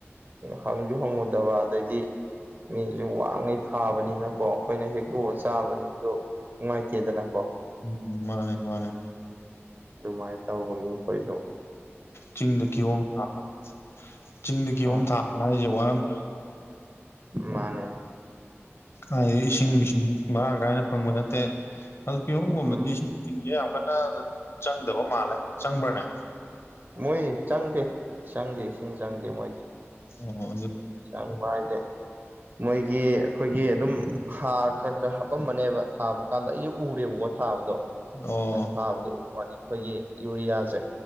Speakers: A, on the right (about 45°); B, on the left (about 60°).
A: ꯍꯪꯁꯨ ꯍꯣꯡꯉꯨꯗꯕ ꯑꯗꯩꯗꯤ ꯃꯤꯁꯨ ꯋꯥꯡꯉꯩ ꯊꯥꯕꯅꯤꯅꯀꯣ ꯑꯩꯈꯣꯏꯅ ꯍꯦꯛꯇꯣꯛꯑ ꯆꯥꯕꯗꯨꯁꯨ ꯅꯨꯡꯉꯥꯏꯇꯦꯗꯅ
B: ꯎꯝ ꯃꯥꯅꯦ ꯃꯥꯅꯦ꯫
A: <unintelligible> ꯇꯧꯕꯒꯤ꯫ ꯈꯣꯏꯁꯨ
B: ꯆꯤꯡꯗ ꯀꯤꯍꯣꯝ ꯊꯥꯕ ꯆꯤꯡꯗ ꯀꯤꯍꯣꯝ
A: ꯑꯥ
B: ꯊꯥꯕ ꯍꯥꯏꯁꯦ ꯋꯥꯔꯝꯗꯣꯏ
A: ꯃꯥꯅꯦ꯫
B: ꯀꯥꯏꯗꯩ ꯏꯁꯤꯡ ꯅꯨꯡꯁꯤꯡ ꯃꯔꯥꯡ ꯀꯥꯏꯅ ꯐꯪꯕ ꯅꯠꯇꯦ ꯑꯗꯨ ꯀꯤꯍꯣꯝꯒꯨꯝꯕꯗꯤ
A: ꯎꯝ
B: ꯏꯁꯤꯡ <inaudible> ꯌꯥꯝ ꯀꯟꯅ ꯆꯪꯗꯕ ꯃꯥꯜꯂꯦ ꯆꯪꯕ꯭ꯔꯅꯦ꯫
A: ꯃꯣꯏ ꯆꯪꯗꯦ ꯆꯪꯗꯦ ꯏꯁꯤꯡ ꯆꯪꯗꯦ ꯃꯣꯏꯗꯤ꯫
B: ꯑꯣ ꯑꯗꯨ
A: ꯆꯪꯕ ꯍꯥꯏꯁꯦ꯫ ꯃꯣꯏꯒꯤ ꯑꯩꯈꯣꯏꯒꯤ ꯑꯗꯨꯝ ꯍꯥꯔ ꯈꯔ ꯈꯔ ꯍꯥꯄꯝꯕꯅꯦꯕ ꯊꯥꯕ ꯀꯥꯟꯗ ꯑꯩꯁꯨ ꯎꯔꯦꯕꯀꯣ ꯊꯥꯕꯗꯣ
B: ꯑꯣ
A: ꯑꯩꯅ ꯊꯥꯕꯗ ꯎ ꯋꯥꯅꯦ꯫ ꯑꯩꯈꯣꯏꯒꯤ ꯌꯨꯔꯤꯌꯥꯁꯦ꯫